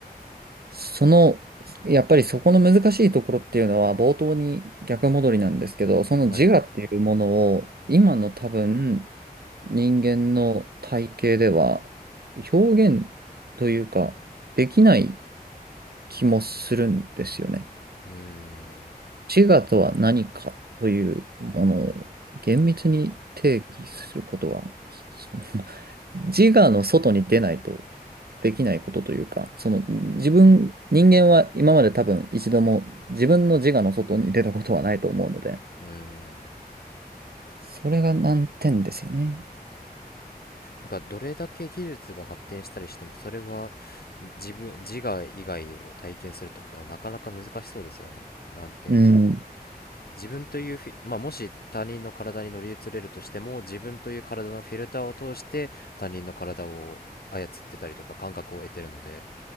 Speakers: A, on the right; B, on the left.
A: その、やっぱりそこの難しいところっていうのは冒頭に逆戻りなんですけど、その自我っていうものを今の多分
B: はい。
A: 人間の体系では表現というかできない気もするんですよね。
B: うーん。
A: 自我とは何かというものを厳密に定義することは、その自我の外に出ないとできないことというか、その自分、人間は今まで多分一度も自分の自我の外に出たことはないと思うので、
B: うーん。
A: それが難点ですよね。
B: だからどれだけ技術が発展したりしても、それは自分、自我以外を体験するってことはなかなか難しそうですよね。なんて言うんでしょう。
A: うん。
B: 自分というフィ、まあ、もし他人の体に乗り移れるとしても自分という体のフィルターを通して他人の体を操ってたりとか感覚を得てるので